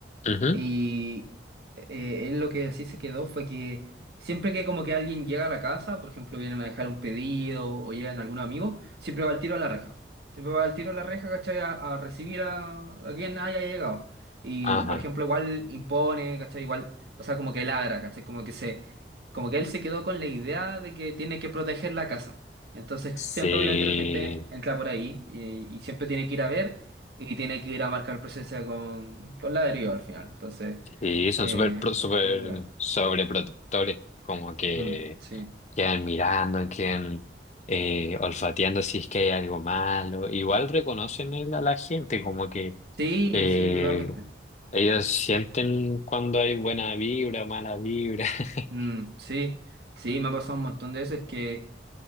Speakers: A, on the left (about 40°); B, on the right (about 65°).
A: Ujú.
B: Y eh, él lo que así se quedó fue que siempre que como que alguien llega a la casa, por ejemplo, vienen a dejar un pedido o llegan algunos amigos, siempre va al tiro a la reja. Siempre va al tiro a la reja, ¿cachai? A, a recibir a, a quien haya llegado. Y,
A: Ajá.
B: por ejemplo, igual impone, ¿cachai? Igual, o sea, como que ladra, ¿cachai? Como que se, como que él se quedó con la idea de que tiene que proteger la casa. Entonces, siempre
A: Sí,
B: obviamente la gente entra por ahí y, y siempre tiene que ir a ver y tiene que ir a marcar presencia con, con ladrillo al final. Entonces,
A: sí, son
B: eh,
A: súper pro- súper
B: es muy complicado.
A: sobreprotectores, como que
B: Mm, sí.
A: quedan mirando, quedan eh, olfateando si es que hay algo malo. Igual reconocen el- a la gente, como que
B: Sí,
A: eh,
B: sí, totalmente.
A: ellos sienten cuando hay buena vibra, mala vibra. <laughs>
B: Mm, sí, sí, me ha pasado un montón de veces que